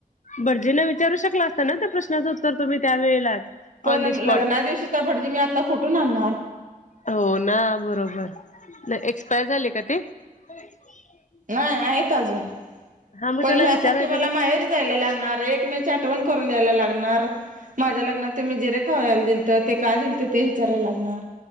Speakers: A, on the left; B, on the right.
A: भटजीना विचारू शकला असता ना त्या प्रश्नाचं उत्तर तुम्ही त्या वेळेलाच
B: पण
A: ऑन दी स्पॉट
B: लग्ना दिवशीचा भटजी मी आता कुठून आणणार
A: हो ना बरोबर नाही एक्सपायर झाले का ते <unintelligible>
B: नाही आहेत अजून
A: हा मग
B: पण
A: त्याला
B: ह्यासाठी
A: विचारायचं
B: मला
A: ना
B: माहेर जायला लागणार एक मे आठवण करून द्यायला लागणार माझ्या लग्न त्ी जिरे खायला तर ते का दिल तर ते विचारायला लागणार